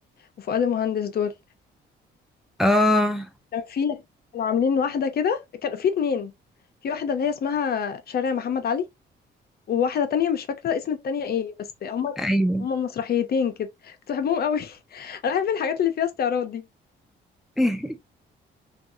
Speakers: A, on the left (about 50°); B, in the centre.
A: وفؤاد المهندس دول
B: اه
A: كان في كانوا عاملين واحدة كده كان في اتنين في واحدة اللي هي اسمها شارع محمد علي وواحدة تانية مش فاكرة اسم التانية ايه بس هما
B: ايوه
A: هما مسرحيتين كده كنت بحبهم قوي <laughs> انا بحب الحاجات اللي فيها استعراض دي
B: <laughs>